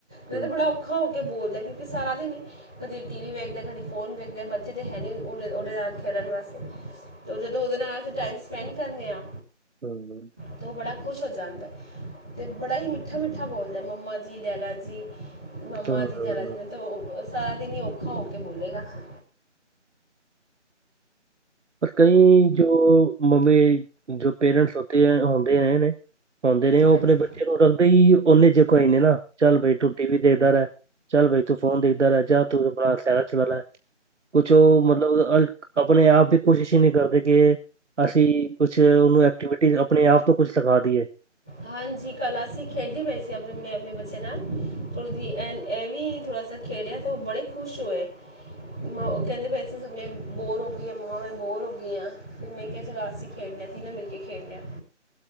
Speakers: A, in the centre; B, on the right (about 70°).
A: ਨਹੀ
B: ਹਮ
A: ਤੇ ਬੜਾ ਔਖਾ ਹੋ ਕੇ ਬੋਲਦਾ ਕਿ ਸਾਰਾ ਦਿਨ ਕਦੀ ਟੀਵੀ ਵੇਖਦੇ ਕਦੇ ਫੋਨ ਵੇਖਦੇ ਆ ਬੱਚੇ ਤੇ ਹੈ ਨਹੀਂ। ਉਹਦੇ ਨਾਲ ਖੇਲਣ ਵਾਸਤੇ ਤੋ ਜਦੋਂ ਉਹਦੇ ਨਾਲ ਅਸੀਂ ਟਾਈਮ ਸਪੈਂਡ ਕਰਨੇ ਆ।
B: ਤੁਹਨੂੰ <inaudible>
A: ਤਾਂ ਉਹ ਬੜਾ ਖੁਸ਼ ਹੋ ਜਾਂਦਾ ਆ। ਤੇ ਬੜਾ ਹੀ ਮਿੱ ਮਿੱਠਾ ਮਿੱਠਾ ਬੋਲਦਾ ਮੰਮਾ ਜੀ ਡੈਡਾ ਜੀ ਮੰਮਾ
B: ਹਾਂ
A: ਜੀ ਜਰਾ ਸੀ ਤਾਂ ਉਹ ਬਸ ਸਾਰਾ ਦਿਨ ਹੀ ਔਖਾ ਹੋ ਕੇ ਬੋਲੇਗਾ ਸਾ
B: ਕਈ ਜੋ ਮਵੇ ਜੋ ਪੇਰੈਂਟਸ ਹੋਤੇ ਹ ਆਉਂਦੇ ਰਹੇ ਨੇ। ਆਉਂਦੇ ਨੇ ਉਹ
A: ਹਾਂਜੀ
B: ਆਪਣੇ ਬੱਚੇ ਨੂੰ ਰੱਖਦੇ ਹੀ ਓਨੇ ਚੇ ਕੋਈ ਨਾ ਚੱਲ ਬਾਈ ਤੂੰ ਟੀ ਵੀ ਦੇਖਦਾ ਰਹਿ ਚੱਲ ਬਾਈ ਤੂੰ ਫੋਨ ਦੇਖਦਾ ਰਹਿ ਜਾ ਤੂੰ ਆਪਣਾ <unintelligible> ਸ ਚੁਲਾ ਕੁਛ ਉਹ ਮਤਲਬ ਆਪਣੇ ਆਪ ਤੇ ਕੋਸ਼ਿਸ਼ ਹੀ ਨਹੀਂ ਕਰਦੇ ਕਿ ਅਸੀਂ ਕੁਛ ਉਹਨੂੰ ਐਕਟੀਵਿਟੀ ਆਪਣੇ ਆਪ ਤੋਂ ਕੁਛ ਸਿਖਾ ਦੀਈਏ।
A: ਹਾਂਜੀ ਕਲ ਅਸੀਂ ਖੇਡਦੇ ਪਏ ਸੀ ਆਪਣੇ ਆਪਣੇ ਬੱਚੇ ਨਾਲ ਥੋੜ੍ਹੀ ਜਿਹੀ ਐਂਡ ਐ ਵੀ ਥੋੜਾ ਸ ਖੇਡਿਆ ਤਾਂ ਉਹ ਬੜੇ ਖੁਸ਼ ਹੋਏ। ਮ ਕਹਿੰਦੇ ਪਏ ਸੀ ਸਭ ਨੇ ਬੋਰ ਹੋ ਗਈ ਮੰਮਾ ਮੈਂ ਬੋਰ ਹੋ ਗਈ ਆ ਮੈਂ ਕਿਹਾ ਚਲਾ ਆਰ ਸੀ ਖੇਡਦੇ ਅ ਤੀਨੇ ਮਿਲ ਕੇ ਖੇਡਣੇ ਆ।